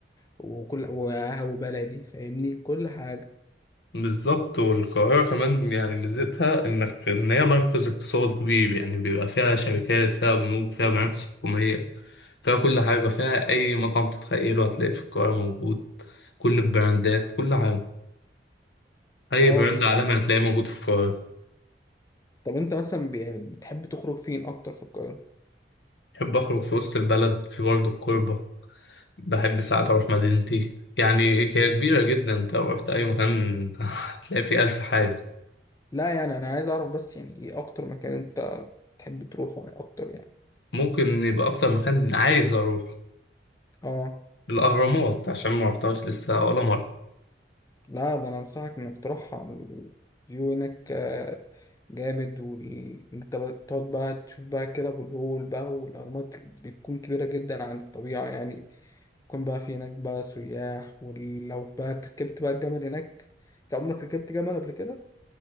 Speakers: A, on the left; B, on the left.
A: وكل وقهوة بلدي فاهمني كل حاجة
B: بالظبط والقاهرة كمان يعني ميزتها إنك إن هي مركز اقتصادي كبير يعني بيبقى فيها شركات فيها بنوك فيها مراكز حكومية فيها كل حاجة فيها أي مطعم تتخيله هتلاقي في القاهرة موجود كل البراندات كل حاجة أي
A: اه
B: براند
A: بصراحة
B: عالمي هتلاقيه موجود في القاهرة
A: طب انت مثلا بي- يعني بتحب تخرج فين اكتر في القاهرة
B: بحب أخرج في وسط البلد في برضه الكوربة بحب ساعات أروح مدينتي يعني هي كبيرة جدا أنت لو رحت أي مكان <laughs> هتلاقي فيه ألف حاجة
A: لا يعني انا عايز اعرف بس يعني ايه اكتر مكان انت بتحب تروحه يعني اكتر يعني
B: ممكن يبقى أكتر مكان عايز أروح
A: اه
B: الأهرامات عشان ما رحتهاش لسه ولا مرة
A: لا ده انا انصحك انك تروح على الفيو هناك آه، جامد وال- انت بقى- تقعد بقى تشوف بقى كده ابو الهول بقى والاهرامات بتكون كبيرة جدا عن الطبيعة يعني يكون بقى في هناك بقى سياح ولو بقى ركبت بقى الجمل هناك انت عمرك ركبت جمل قبل كده